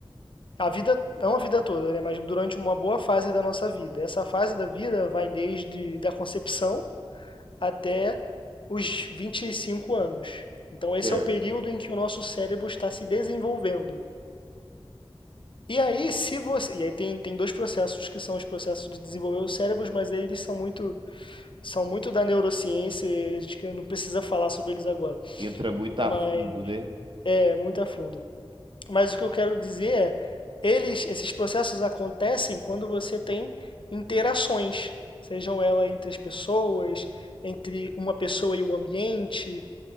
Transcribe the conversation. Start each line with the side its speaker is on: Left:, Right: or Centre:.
Left: a vida, não a vida toda, né, mas durante uma boa fase da nossa vida. Essa fase da vida vai desde da concepção até os 25 anos. Então, esse
Right: certo.
Left: é o período em que o nosso cérebro está se desenvolvendo. E aí, se você, e aí tem, tem dois processos que são os processos de desenvolver os cérebros, mas aí eles são muito são muito da neurociência, e a gente não precisa falar sobre eles agora,
Right: Entra muito a
Left: mas
Right: fundo, né?
Left: é muito a fundo. Mas o que eu quero dizer é, eles, esses processos acontecem quando você tem interações, sejam elas entre as pessoas, entre uma pessoa e o ambiente.